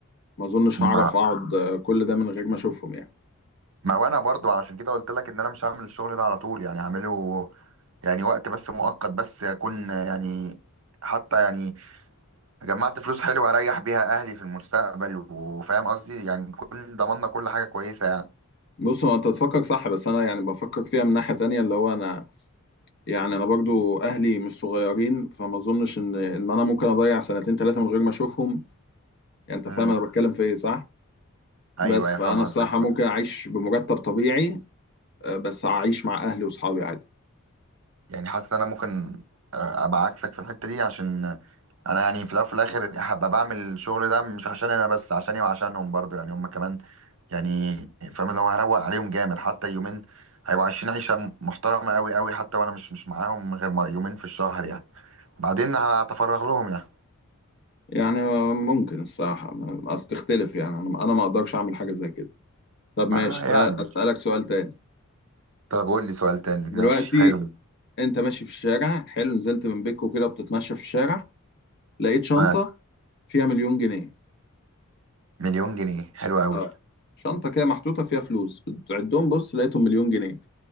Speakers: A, on the left; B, on the right.
A: ما اظنش
B: ما
A: هعرف اقعد آه، كل ده من غير ما اشوفهم يعني
B: ما وانا برضو عشان كده قلت لك ان انا مش هعمل الشغل ده على طول يعني هعمله يعني وقت بس مؤقت بس يكون يعني حتى يعني جمعت فلوس حلوة اريح بيها اهلي في المستقبل وفاهم قصدي يعني كل ضمننا كل حاجة كويسة يعني
A: بص هو انت تفكر صح بس انا يعني بفكر فيها من ناحية تانية اللي هو انا يعني انا برضو اهلي مش صغيرين فما اظنش ان ان انا ممكن اضيع سنتين ثلاثة من غير ما اشوفهم يعني انت
B: امم
A: فاهم انا بتكلم في ايه صح بس
B: ايوه
A: فانا
B: يا فاهم قصدك
A: الصراحة
B: بس
A: ممكن اعيش بمرتب طبيعي آه، بس اعيش مع اهلي واصحابي عادي
B: يعني حاسس ان انا ممكن آه، ابقى عكسك في الحتة دي عشان انا يعني في الاول وفي الاخر هبقى بعمل الشغل ده مش عشان انا بس عشاني وعشانهم برضو يعني هم كمان يعني فاهم اللي هو هروق عليهم جامد حتى يومين هيبقوا عايشين عيشه محترمه قوي قوي حتى وانا مش مش معاهم غير مر- يومين في الشهر يعني بعدين هتفرغ لهم يعني
A: يعني آه، ممكن الصراحة بس تختلف يعني انا أنا ما اقدرش اعمل حاجة زي كده طب
B: ما
A: ماشي أ-
B: يعني
A: أسألك سؤال تاني
B: طب قول لي سؤال تاني
A: دلوقتي
B: ماشي حلو
A: انت ماشي في الشارع حلو نزلت من بيتكو كده بتتمشى في الشارع لقيت شنطة
B: آه.
A: فيها مليون جنيه
B: مليون جنيه حلو أوي
A: اه شنطة كده محطوطة فيها فلوس بتعدهم بص لقيتهم مليون جنيه